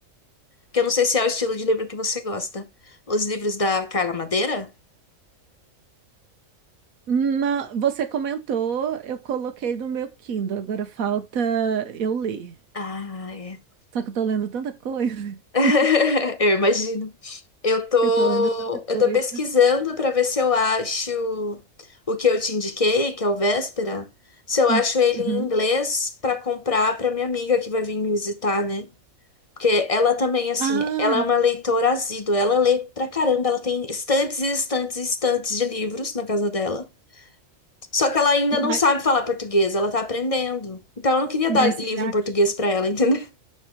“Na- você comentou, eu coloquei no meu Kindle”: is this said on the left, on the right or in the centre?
Right